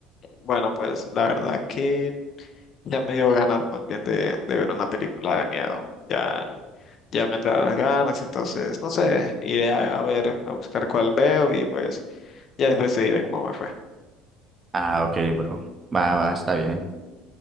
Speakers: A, on the left; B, on the right.
A: Bueno, pues la verdad que ya me dio ganas más bien de, de ver una película de miedo, ya, ya me entraron las ganas, entonces, no sé, iré a, a ver, a buscar cuál veo y pues ya les decidiré cómo me fue.
B: Ah, ok, bro. Va, va, está bien.